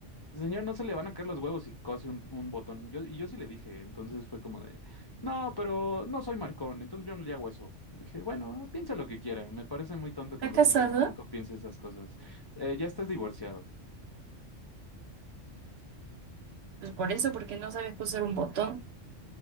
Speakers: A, on the left; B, on the right.
A: Señor, no se le van a caer los huevos y cose un, un botón. Yo, y yo sí le dije, entonces fue como de, no, pero no soy maricón, entonces yo no le hago eso. Le Dije, bueno, piensa lo que quiera, me parece muy tonto que
B: ¿Está
A: en 2025
B: casada?
A: piense esas cosas. Eh, ya estás divorciado.
B: Pues por eso, porque no sabe coser un botón.